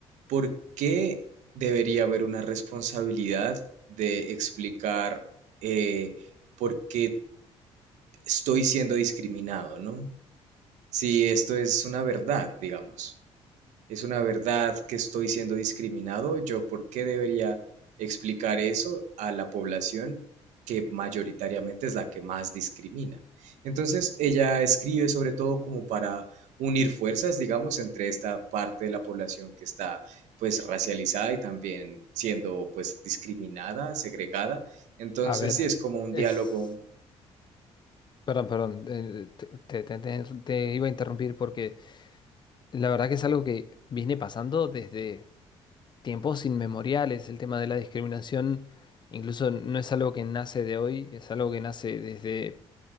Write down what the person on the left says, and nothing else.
A ver,
es...
Perdón, perdón, eh, te- te- te- te iba a interrumpir porque la verdad que es algo que viene pasando desde tiempos inmemoriales. El tema de la discriminación incluso no es algo que nace de hoy, es algo que nace desde